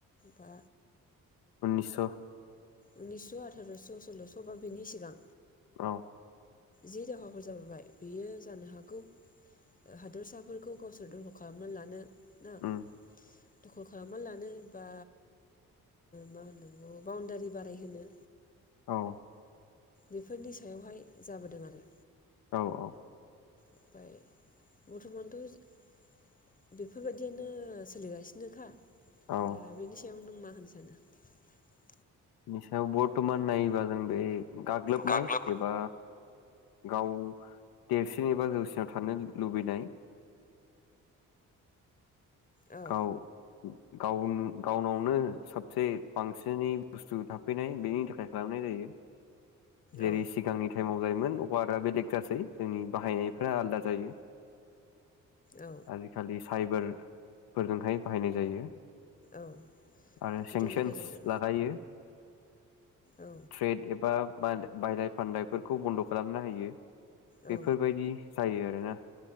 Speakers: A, on the left (about 20°); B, on the left (about 75°).
A: बा
B: उननिसस'
A: उनैस' आथार'स' सल्ल' बा बिनि सिगां
B: औ
A: जि दावहा जाबोबाय बेयो जानो हागौ हादरसाफोरखौ गावसोर दरख' खालामनानै लानो ना
B: उम
A: दखल खालामना लानो बा मा होननौ बाउणडारि बारायहोनो
B: औ
A: बेफोरनि सायावहाय जाबोदों आरो
B: औ औ
A: ओमफ्राय बर्थमानथ' बेफोरबायदियानो सोलिगासिनोखा
B: औ
A: दा बेनि सायाव मा होननो सानदों
B: नि सायाव बर्थमान नायोबा जों बे गाग्लोबनाय
A: गाग्लोब
B: एबा गाव देरसिन एबा जौसिनाव थानो लुबैनाय
A: औ
B: गाव गाव गावनावनो सबसे बांसिनै बुस्थु थाफैनाय बेनि थाखाय खालामनाय जायो जेरै
A: औ
B: सिगांनि टाइमाव वारआ जासै जोंनि बाहायनायफोरा आलादा जायो
A: औ
B: आजिखालि साइबार फोरजोंहाय बाहायनाय जायो
A: औ
B: आरो
A: भिडिअ'नि
B: सेंसन्स
A: गेजेरजों
B: लागायो
A: औ
B: ट्रेड एबा बा बायलाय फानलायफोरखौ बन्द' खालामनो हायो
A: औ
B: बेफोरबायदि जायो आरो ना